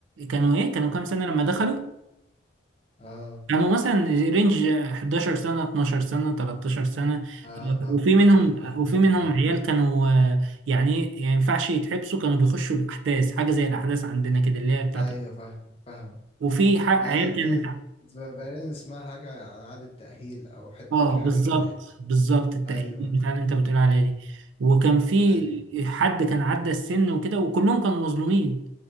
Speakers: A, on the right; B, on the left.
A: كانوا ايه كانوا كام سنة لما دخلوا
B: اه
A: كانوا مثلا رينج 11 سنة 12 سنة 13 سنة
B: اه,
A: آه، وفي منهم
B: آه ايوه ايوه
A: وفي منهم
B: فاهم
A: عيال كانوا آه، يعني ايه يعني ما ينفعش يتحبسوا كانوا بيخشوا الاحداث حاجة زي الاحداث عندنا كده اللي هي بتاعت
B: ايوه فاهم فاهم
A: وفي ح- عيال
B: ما عاد-
A: كانت
B: بقينا نسمع حاجة عن إعادة تأهيل أو حتة
A: اه بالظبط
B: حاجة كده يعني.
A: بالظبط التأهيل
B: ايوه
A: بتاع اللي انت بتقول عليها دي وكان في
B: ايوه
A: حد كان عدى السن وكده وكلهم كانوا مظلومين